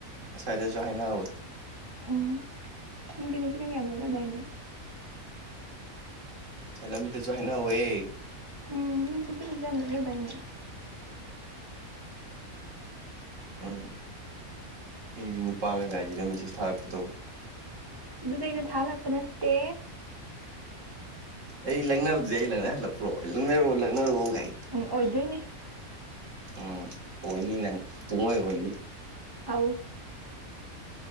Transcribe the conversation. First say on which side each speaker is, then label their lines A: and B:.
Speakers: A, on the right; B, on the right.
A: ꯑꯁꯥꯏꯗꯁꯨ ꯍꯥꯏꯅꯍꯧꯏ ꯎ
B: ꯎꯝ ꯎ ꯀ ꯅꯨꯄꯤꯗ ꯌꯥꯕ ꯂꯛꯅꯗꯥꯥꯏꯅꯦ
A: ꯂꯝꯕꯤꯗꯁꯨ ꯍꯥꯏꯅ ꯍꯩꯌꯦꯦ
B: ꯎꯝꯅꯨꯄꯤꯅꯖꯝ ‌‌ꯌꯥꯝ ꯂꯥꯛꯅꯗꯥꯏꯅ‌ꯦ
A: ꯎꯝ ꯃꯤ ꯅꯨ ꯄꯥꯒꯗꯥꯏꯃꯦꯖꯁ ꯊꯥꯔꯛꯄ ꯗ‌ꯣ
B: ꯑꯗꯨꯗꯤ ꯑꯩꯅ ꯊꯥꯜꯂꯛꯄ ꯅꯠꯇꯦ
A: ꯑꯩ ꯂꯪꯅꯕꯗꯤ ꯑꯩ ꯂꯪꯅꯍꯜꯂꯛꯄ꯭ꯔꯣ ꯂꯪꯅꯔꯛꯣ ꯂꯛꯅꯔ‌ꯒꯥꯏ
B: ꯎꯝ ꯑꯣꯏꯗꯣꯏꯅꯤ
A: ꯎꯝ ꯑꯣꯏꯅꯤ ꯅꯪ ꯄꯨꯡꯍꯣꯏ ꯑꯣꯏꯅꯤ
B: ꯑꯥꯎ